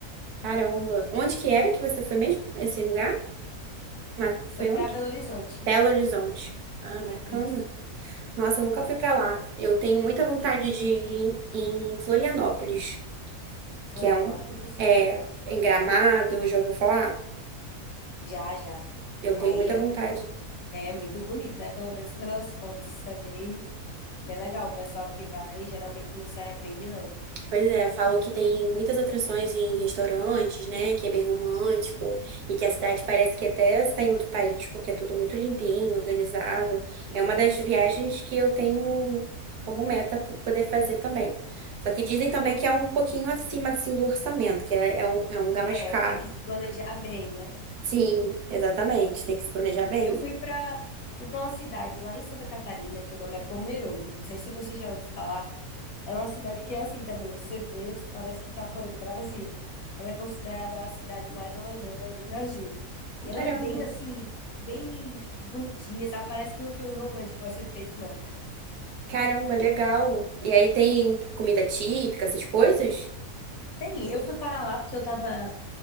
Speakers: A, on the right; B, on the left.
A: Caramba. Onde que era que você foi mesmo? Esse lugar? Mas
B: Foi
A: foi
B: pra
A: onde?
B: Belo Horizonte.
A: Belo Horizonte. Ah, bacana.
B: Isso.
A: Nossa, eu nunca fui pra lá. Eu tenho muita vontade de ir em Florianópolis,
B: Florianópolis.
A: que é um. É, em Gramado, já ouviu falar?
B: Já, já.
A: Eu
B: Aí
A: tenho muita
B: é
A: vontade.
B: muito, é muito bonito, né? Pelo menos pelas fotos, é bem, bem legal. O pessoal que vai geralmente não se arrepende, não.
A: Pois é, falam que tem muitas atrações em restaurantes, né? Que é bem romântico e que a cidade parece que até está em outro país, porque é tudo muito limpinho, organizado.
B: Sim,
A: É uma das
B: sim.
A: viagens que eu tenho como meta p- poder fazer também. Só que dizem também
B: Eu,
A: que é um pouquinho acima assim do orçamento, que é, é um, é um lugar mais
B: é,
A: caro.
B: eu tenho que se planejar bem, né?
A: Sim, exatamente. Tem que se planejar bem.
B: Eu fui pra fui para uma cidade lá em Santa Catarina, que o nome é Pomerode. Não sei se você já ouviu falar. É uma cidade que é assim também, você vê, você parece que tá fora do Brasil. Ela é considerada a cidade mais alemã do Brasil. E ela
A: Caramba,
B: é bem assim, bem bonitinha, sabe? Parece que um filme romântico vai ser feito nela.
A: caramba, legal. E aí tem comida típica, essas coisas?
B: Tem, eu fui para lá porque eu estava